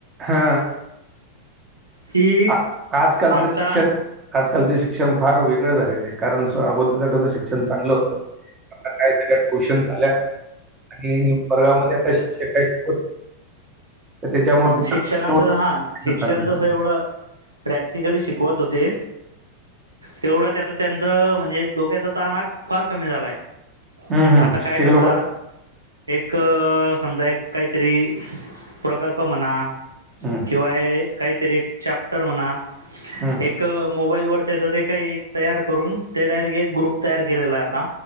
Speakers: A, on the right; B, on the right.
A: ह
B: की
A: आ आजकालच
B: आता
A: शिक्षण आजकालचे शिक्षण फार वेगळ झालेल आहे. कारण सो अगोदरच कस शिक्षण चांगल होत. आत्ता काय सगळ्या ट्युशनस आल्या आणि वर्गामध्ये आत्ता शिक्षक काही शिकवत नाही. त्याच्यामुळे
B: आमच
A: फक्त
B: शिक्षकांच
A: ट्युशनवर
B: हा
A: शिकलं
B: शिक्षण
A: चाललंय सगळं.
B: जस एवढ प्रॅक्टिकली शिकवत होते. तेवढ ते आता त्यांच म्हणजे डोक्याचा ताण फार कमी झालाय.
A: हम्म, हम्म.
B: आता
A: शिक्षक
B: काय करता
A: लोक
B: एक समजा एक काहीतरी प्रकल्प म्हणा
A: हम्म
B: किंवा काहीतरी एक चॅप्टर म्हणा,
A: हम्म,
B: एक मोबाईल वर त्याच ते काही तयार करून, ते डायरेक्ट एक ग्रुप तयार केलेला आहे आता.